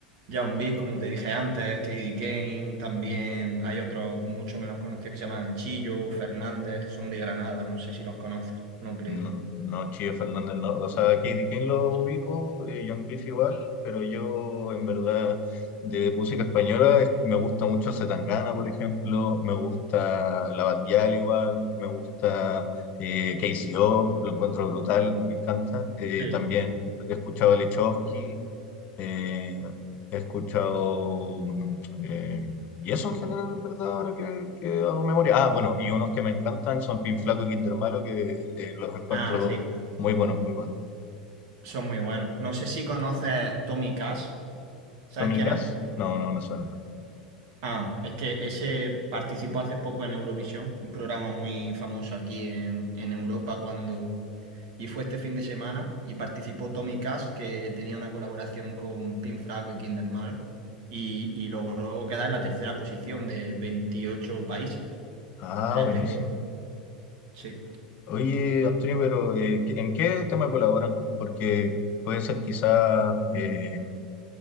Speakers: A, on the right; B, on the left.
A: Young Beat, como te dije antes, Kid Kane, también hay otros mucho menos conocidos que se llaman Chillo, Fernández, son de Granada, no sé si los conoces, no creo.
B: No, no, Chío Fernández, no. O sea, Katie Kane lo ubico,
A: Sí.
B: eh, John Beef igual, pero yo, en verdad, de música española es- me gusta mucho Zetangana, por ejemplo, me gusta La Batial igual, me gusta eh, K C O lo encuentro brutal, me encanta. Eh,
A: Sí.
B: también he escuchado a Lechowski. Eh, he escuchado... mm, eh, y eso en general, en verdad, ahora que, que hago memoria. Ah, bueno, y unos que me encantan son Pin Flaco y Kinder Malo, que eh, los encuentro
A: Ah, sí,
B: muy buenos, muy buenos.
A: son muy buenos. No sé si conoces Tommy Cash, ¿sabes
B: Tommy
A: quién
B: Cash,
A: es?
B: no, no me suena.
A: Ah, es que ese participó hace poco en Eurovisión, un programa muy famoso aquí en, en Europa cuando... Y fue este fin de semana y participó Tommy Cash, que tenía una colaboración con Pin Flaco y Kinder Malo, y, y logró quedar en la tercera posición de 28 países.
B: Ah,
A: Es
B: buenísimo.
A: de Estonia, sí.
B: Oye, Antonio, pero eh, ¿qué- ¿en qué tema colaboran? Porque puede ser quizás eh,